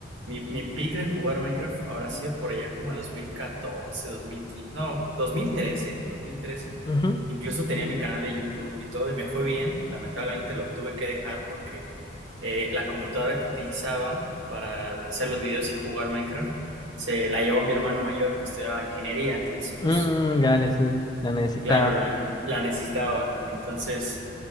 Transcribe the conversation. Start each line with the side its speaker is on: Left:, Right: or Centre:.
Right: mi, mi peak de jugar Minecraft habrá sido por allá como de dos mil 2015, no, dos mil quince, no, dos mil trece dos mil trece
Left: Ujú.
Right: Incluso tenía mi canal de YouTube y todo, y me fue bien. Lamentablemente lo tuve que dejar porque eh, la computadora que utilizaba para hacer los videos y jugar Minecraft se la llevó mi hermano mayor, que estudiaba ingeniería. Entonces, pues,
Left: Mm, dale, sí, la necesitaba.
Right: Claro, la, la necesitaba. Entonces,